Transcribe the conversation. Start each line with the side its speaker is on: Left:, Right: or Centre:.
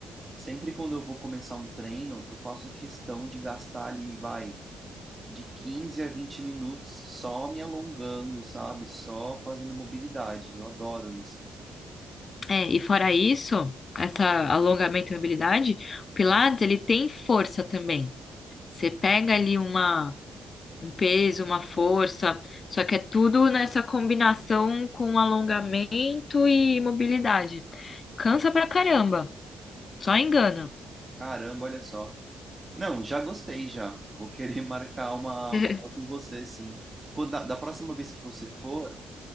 Right: sempre quando eu vou começar um treino, eu faço questão de gastar ali, vai, de 15 a 20 minutos só me alongando, sabe? Só fazendo mobilidade. Eu adoro isso.
Left: É, e fora isso, essa alongamento e mobilidade, o Pilates, ele tem força também. Você pega ali uma, um peso, uma força, só que é tudo nessa combinação com alongamento e mobilidade. Cansa pra caramba, só engana.
Right: Caramba, olha só. Não, já gostei já. Vou querer <laughs> marcar uma,
Left: <laughs>
Right: uma aula com você, sim. Quando, da, da próxima vez que você for,